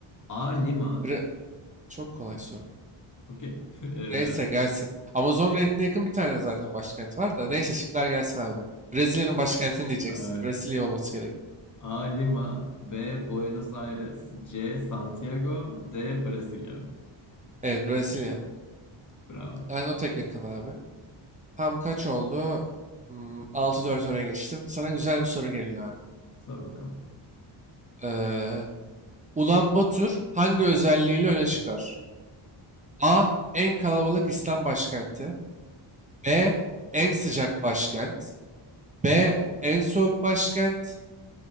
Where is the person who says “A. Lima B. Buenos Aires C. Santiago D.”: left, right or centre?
Left